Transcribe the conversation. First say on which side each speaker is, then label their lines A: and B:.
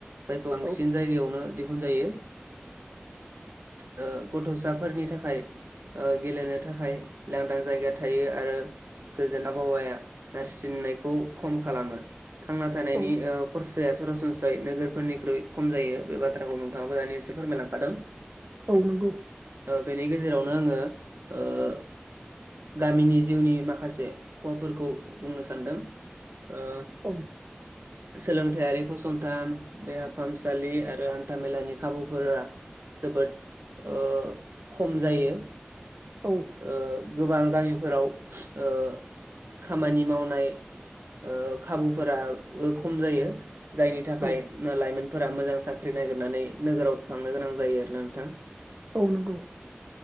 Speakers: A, on the right; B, on the right.
A: जायखौ बांसिन
B: औ
A: जायगायावनो दिहुनजायो। गथ'साफोरनि थाखाय ओ गेलेनो थाखाय लांदां जायगा थायो आरो गोजोन आबहावाया नारसिननायखौ खम खालामो। थांना थानायनि
B: औ
A: ओ खरसाया सरासनस्रायै नोगोरफोरनिख्रुइ खम जायो बे बाथ्राखौ नु माबबो दा एसे फोरमाय लांखादों।
B: औ नंगौ।
A: ओ बेनि गेजेरावनो आङो ओ गामिनि जिउनि माखासे खहाफोरखौ बुंनो सानदों। ओ
B: औ
A: सोलोंथायारि फसंथान देहा फाहामसालि आरो हान्थाामेलानि खाबुफोरा जोबोद ओ खम जायो।
B: औ
A: ओ गोबां गामिफोराव स ओ खामानि मावनाय ओ खाबुफोराबो खम जायो। जायनि थाखाय
B: औ
A: लाइमोनफोरा मोजां साख्रि नागिरनानै नोगोराव थांनो गोनां जायो आरो ना नोंथां।
B: औ नंगौ।